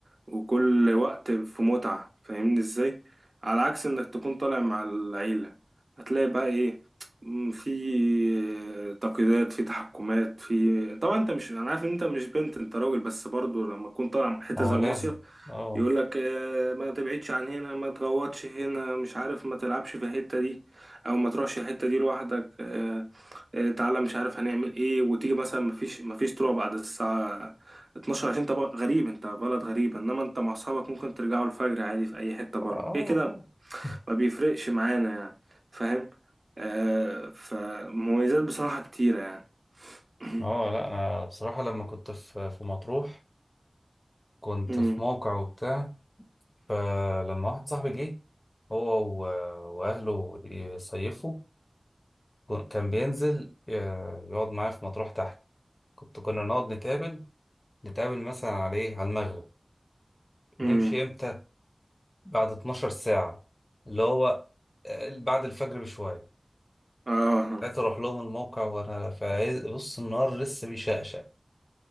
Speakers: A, on the right; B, on the left.
A: وكل وقت في متعة فاهمني ازاي على عكس انك تكون طالع مع العيلة هتلاقي بقى ايه م، في تقييدات في تحكمات في طبعا انت مش انا عارف ان انت مش بنت انت راجل بس برضو لما تكون طالع حتة
B: ما
A: زي
B: هو لازم
A: المصيف
B: اه
A: يقول لك آه، ما تبعدش عن هنا ما تغوطش هنا مش عارف ما تلعبش في الحتة دي او ما تروحش الحتة دي لوحدك آه، آه، تعالى مش عارف هنعمل ايه وتيجي مثلا ما فيش ما فيش طلوع بعد الساعة 12 عشان انت بق- غريب انت بلد غريب انما انت مع اصحابك ممكن ترجعوا الفجر عادي في اي حتة بره
B: اه
A: كده
B: والله.
A: كده
B: <laughs>
A: ما بيفرقش معانا يعني فاهم آه فمميزات بصراحة كتيرة يعني <clears throat>
B: اه لا انا بصراحه لما كنت في في مطروح كنت
A: مم.
B: في موقع وبتاع فلما واحد صاحبي جه هو و- وأهله يصيفوا كن- كان بينزل ي- يقعد معايا في مطروح تحت كنت كنا نقعد نتقابل نتقابل مثلا على ايه على المغرب نمشي
A: مم.
B: امتى بعد 12 ساعة اللي هو آه، بعد الفجر بشوية
A: اه
B: ساعتها أروح لهم الموقع وأنا في عز- بص النهار لسه بيشقشق